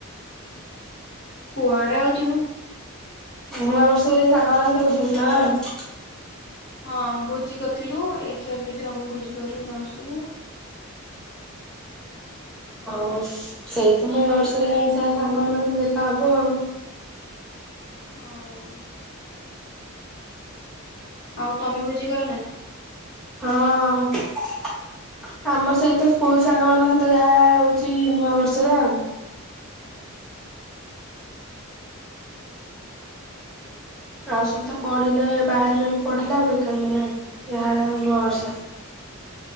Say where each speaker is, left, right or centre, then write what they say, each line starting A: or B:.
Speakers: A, on the left; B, in the centre.
A: କୁଆଡେ ଆଉ ଯିବୁ?
B: ନୂଆ ବର୍ଷରେ ସାଙ୍ଗ <unintelligible>
A: ହଁ ଭୋଜି କରିଥିଲୁ ଏଇଥର ବି ଯଦି ହବ ଭୋଜି କରିବୁ ନୂଆ ବର୍ଷକୁ।
B: ହଉ ସେଇତ ନୂଆ ବର୍ଷରେ ଯାଇ ସାଙ୍ଗ ମାନଙ୍କ ଦେଖା ହବ ଆଉ
A: ହଁ। ଆଉ ତମେ ଭୁଜି କର ନା?
B: ହଁ। ଆମର ସେଇତ ସ୍କୁଲ ସାଙ୍ଗ ମାନଙ୍କ ସହିତ ଯାହା ହଉଛି ନୂଆ ବର୍ଷରେ ଆଉ। ଆଉ ସବୁ ତ ପଢିଲେ ବାହାରେ ରହିି ପଢିଲେ ଆଉ ଦେଖା ନାହିଁ ଯାହା ନୂଆ ବର୍ଷ।